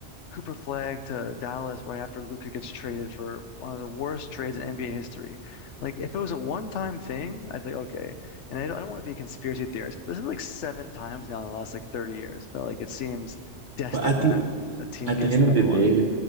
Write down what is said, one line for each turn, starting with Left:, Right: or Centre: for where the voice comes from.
Left: Cooper Flag to Dallas right after Luka gets traded for one of the worst trades in NBA history. Like, if it was a one-time thing, I'd be okay. And I don't, I don't want to be a conspiracy theorist, but this is like seven times now in the last like 30 years that like it seems destined
Right: But I think
Left: that a team
Right: At
Left: gets
Right: the end
Left: the
Right: of
Left: number
Right: the day,
Left: one.